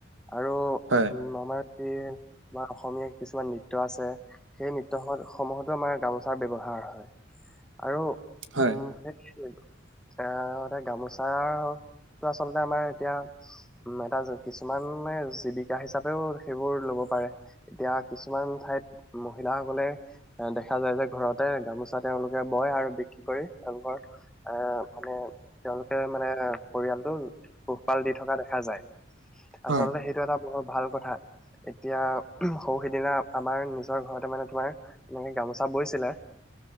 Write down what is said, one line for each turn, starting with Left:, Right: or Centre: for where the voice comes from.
Centre: আৰু
Right: হয়।
Centre: উম আমাৰ তোমাৰ অসমীয়া কিছুমান নৃত্য আছে। সেই নৃত্য সমূহতো আমাৰ গামোচাৰ ব্যৱহাৰ হয় আৰু
Right: হয়,
Centre: উম সেই গামোচাৰ আচলতে আমাৰ এতিয়া উ এটা কিছুমানে জীৱিকা হিচাপেও সেইবোৰ ল'ব পাৰে। এতিয়া কিছুমান ঠাইত মহিলাসকলে দেখা যায় যে ঘৰতে গামোচা তেওঁলোকে বয় আৰু বিক্ৰী কৰি তেওঁলোকৰ এ মানে তেওঁলোকে মানে পৰিয়ালটো পোহপাল দি থকা দেখা যায়।
Right: হয়,
Centre: আচলতে
Right: হয়,
Centre: সেইটো এটা বৰ ভাল কথা এতিয়া সৰু সিদিনা আমাৰ নিজৰ ঘৰতে মানে তোমাৰ এনেকে গামোচা বৈছিলে।